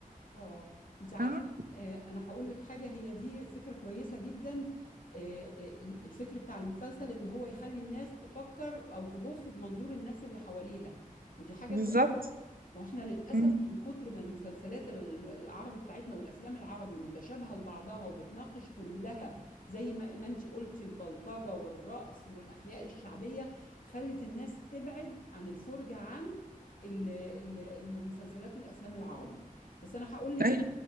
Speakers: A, on the left (about 70°); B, on the right (about 85°).
A: اه انت عارفة
B: فاهمة
A: آه انا هقول لك حاجة هي دي فكرة كويسة جدا آه آه، ال- الفكر بتاع المسلسل ان هو يخلي الناس تفكر او تبص بمنظور الناس اللي حواليها ودي حاجة
B: بالظبط
A: كويسة واحنا للاسف
B: مم.
A: من كتر ما المسلسلات ال- العربي بتاعتنا والافلام العربي متشابهه لبعضها وبتناقش كلها زي ما ما انت قلتي البلطجه والرقص والاحياء الشعبيه خلت الناس تبعد عن الفرجه عن ال- ال- المسلسلات والافلام العربي بس انا هقول لك
B: أيوة.